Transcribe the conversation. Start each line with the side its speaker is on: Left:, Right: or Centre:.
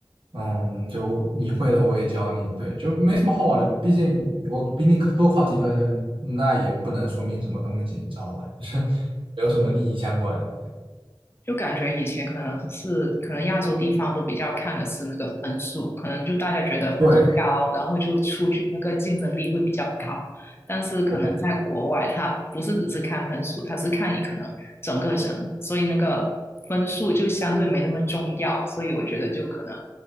Right: 嗯，就你会的我也教你，对，就没什么好玩的。毕竟我比你多考几分，那也不能说明什么东西，你知道吧？<laughs> 就是没有什么利益相关。
Left: 就感觉以前可能是可能亚洲地方都比较看的是那个分数，可能就大家觉得分数高，
Right: 对
Left: 然后就出去那个竞争力会比较高。但是可能在国外，
Right: 对，
Left: 它不是只是看分数，它是看你可能整个人，所以那个分数就相对没那么重要。所以我觉得就可能